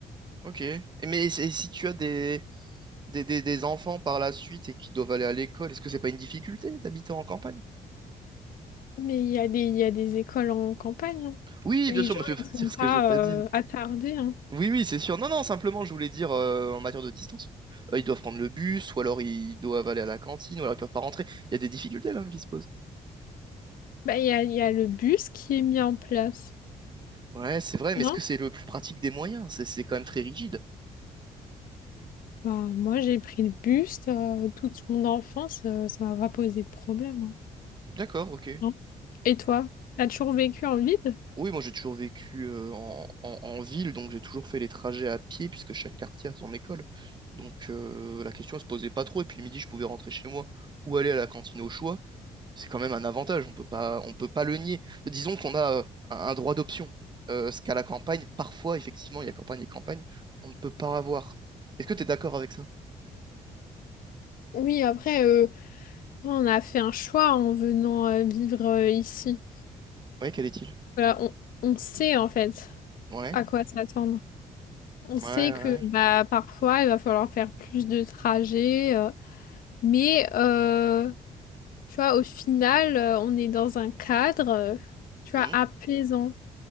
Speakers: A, on the right; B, on the left.
A: Ok. Et Mais c'est- si tu as des, des, des, des enfants par la suite et qui doivent aller à l'école, est-ce que c'est pas une difficulté d'habiter en campagne?
B: Mais il y a des, il y a des écoles en campagne. hein.
A: Oui,
B: Les
A: bien sûr,
B: gens,
A: me fais pas
B: ils sont
A: dire
B: pas
A: ce que j'ai pas dit.
B: euh, attardés. hein.
A: Oui, oui, c'est sûr. Non, non, simplement, je voulais dire euh, en matière de distance, euh, ils doivent prendre le bus, ou alors ils doivent aller à la cantine, ou alors ils peuvent pas rentrer. Il y a des difficultés là qui se posent.
B: Bah, il y a, il y a le bus qui est mis en place.
A: Ouais, c'est vrai,
B: Non?
A: mais est-ce que c'est le plus pratique des moyens? C'est c'est quand même très rigide.
B: Bah, moi, j'ai pris le bus euh, toute mon enfance, euh, ça m'a pas posé de problème. hein.
A: D'accord, ok. Euh,
B: Non. Et toi, t'as toujours vécu en ville?
A: Oui, moi j'ai toujours vécu euh, en, en- en ville, donc j'ai toujours fait les trajets à pied, puisque chaque quartier a son école. Donc euh, la question ne se posait pas trop, et puis le midi je pouvais rentrer chez moi ou aller à la cantine au choix. C'est quand même un avantage, on peut pas, on peut pas le nier. Disons qu'on a euh, un, un droit d'option, euh, ce qu'à la campagne, parfois, effectivement, il y a campagne et campagne, on ne peut pas avoir. Est-ce que tu es d'accord avec ça?
B: Oui, après, euh, On a fait un choix en venant euh, vivre euh, ici.
A: Oui, quel est-il?
B: Voilà, on, on sait en fait
A: Ouais,
B: à quoi s'attendre. On
A: ouais,
B: sait que
A: ouais.
B: bah, parfois il va falloir faire plus de trajets, euh, mais euh, tu vois, au final, euh, on est dans un cadre, euh, tu
A: Hmm.
B: vois, apaisant.